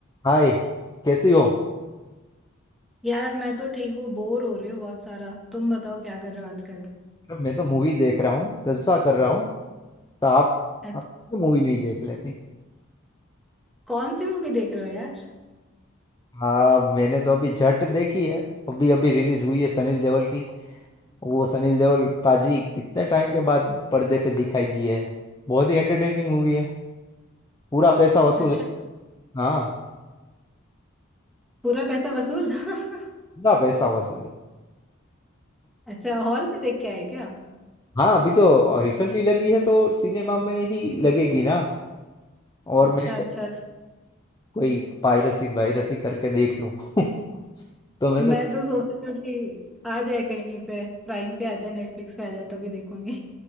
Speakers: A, on the left (about 20°); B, in the centre.
A: हाय कैसी हो
B: यार मैं तो ठीक हूँ बोर हो रही हूँ बहुत सारा तुम बताओ क्या कर रहे हो आजकल
A: अरे मैं तो मूवी देख रहा हूँ जलसा कर रहा हूँ तो आप
B: अत-
A: आप तो मूवी नहीं देख लेती
B: कौन सी मूवी देख रहे हो यार
A: हाँ मैंने तो अभी जट देखी है अभी अभी रिलीज हुई है सनील देओल की वो सनील देओल पाजी कितने टाइम के बाद पर्दे पे दिखाई दी है बहुत ही एंटरटेनिंग मूवी है पूरा पैसा वसूल
B: अच्छा
A: है हाँ
B: पूरा पैसा वसूल <laughs>
A: पूरा पैसा वसूल है
B: अच्छा हॉल में देख के आए क्या
A: हाँ अभी तो रिसेंटली लगी है तो सिनेमा में ही लगेगी ना और
B: अच्छा
A: मैं
B: अच्छा
A: कोई पायरसी वायरसी करके देख लूं <laughs> तो मैं तो
B: मैं तो सोचती हूँ कि आ जाए कहीं पे प्राइम पे आ जाए नेटफ्लिक्स पे आ जाए तभी देखूंगी